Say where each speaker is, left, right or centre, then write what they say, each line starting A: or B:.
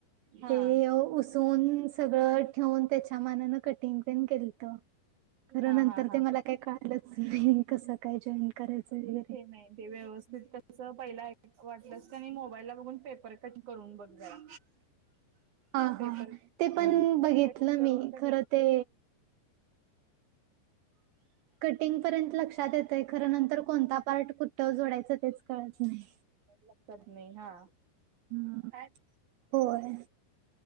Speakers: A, on the right; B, on the right.
A: हा
B: ते उसवून सगळं ठेऊन त्याच्या मानानं कटिंग पण केलत. खरं
A: हा
B: नंतर
A: हा हा
B: ते मला काय कळालंच नाही? कसं काय जॉईन करायचं? वगैरे
A: ते नाही ते व्यवस्थित त पहिला वाटलंस क नाही मोबाईल ला बघून पेपर कट करून बघ जरा.
B: हा
A: पेपर
B: हा ते पण बघितलं
A: कट करून
B: मी
A: कनी
B: खर ते कटिंग पर्यंत लक्षात येतय खर नंतर कोणता पार्ट कुठ जोडायचं तेच कळत नाही.
A: लक्षात नाही हा
B: हम्म.
A: <inaudible>
B: होय